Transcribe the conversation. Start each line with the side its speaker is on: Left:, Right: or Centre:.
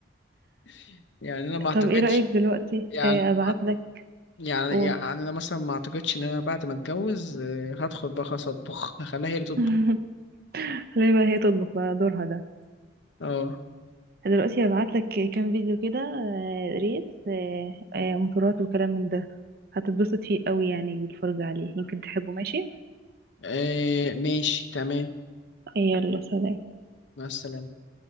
Left: <laughs> يعني أنا ما أعتقدش
Right: طب ايه رأيك دلوقتي
Left: يعني
Right: آه،
Left: أنا
Right: ابعت
Left: ما أعت-
Right: لك
Left: يعني
Right: قول
Left: يعني أنا مثلا ما أعتقدش إن أنا بعد ما أتجوز آه، هدخل بقى خلاص أطبخ هخليها هي اللي تطبخ
Right: <laughs> خلينا بقى هي تطبخ بقى دورها ده
Left: اه
Right: دلوقتي هبعت لك كام فيديو كده آه، ريس آه، آه، موتورات وكلام من ده هتتبسط فيه قوي يعني بالفرجة عليه يمكن تحبه ماشي
Left: آه، ماشي تمام
Right: يلا سلام
Left: مع السلامة